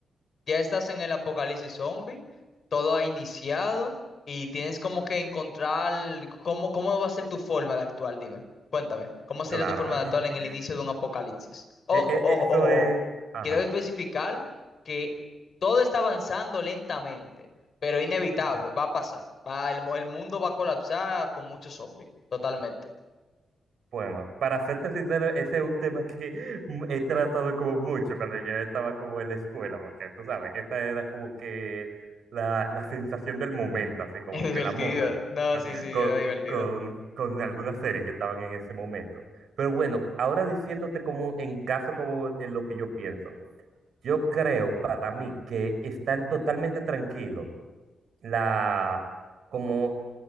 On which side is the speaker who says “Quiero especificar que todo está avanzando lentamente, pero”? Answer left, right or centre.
Left